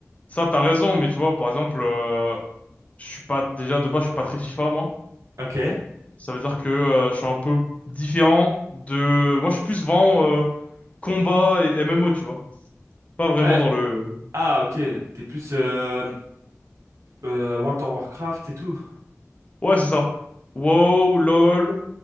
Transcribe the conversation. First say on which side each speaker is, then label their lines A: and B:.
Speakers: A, on the left; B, on the right.
A: ça t'as raison, mais tu vois, par exemple, euh, je suis pas déjà de base, je suis pas très FIFA moi.
B: Ok.
A: Ça veut dire que euh, je suis un peu différent de. Moi, je suis plus vraiment euh, combat et MMO, tu vois. Pas vraiment
B: Ouais,
A: dans le.
B: Ah, ok, t'es plus euh, euh, World of Warcraft et tout.
A: Ouais, c'est ça. WoW, LOL,